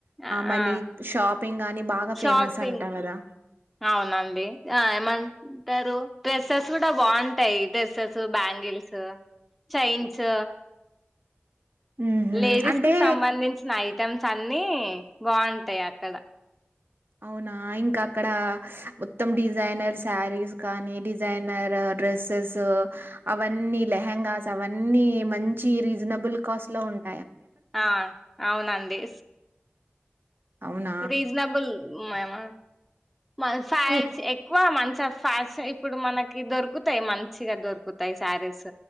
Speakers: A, in the centre; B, on the right.
A: ఆ
B: మళ్ళీ
A: ఆ
B: షాపింగ్ బాగా
A: షాపింగ్
B: ఫేమస్ అంట కదా
A: అవునండి ఆ ఏమంటారు డ్రెస్సెస్ గుడా బాగుంటాయి డ్రెస్సెస్ బ్యాంగిల్స్ చైన్స్
B: ఉహుమ్
A: లేడీస్
B: అంటే
A: కి సంబంధించిన ఐ ఐటమ్స్ అన్ని బాగుంటాయి అక్కడ
B: అవునా ఇంకా అక్కడ మొత్తం డిజైనర్ శారీస్ కానీ డిజైనర్ డ్రెస్ అవన్నీ లేహంగస్ అవ్వనీ మంచి రీజనబుల్ కాస్ట్ లో ఉంటాయ్
A: ఆ అవునండి
B: అవునా
A: రిజనబుల్ ఉన్నాయా మల్ ఫైల్స్
B: ఇం
A: ఎక్కువ మంచం ఫ్యాషన్ ఇప్పుడు మనకి దొరుకుతాయి మంచిగా దొరుకుతాయి శారీస్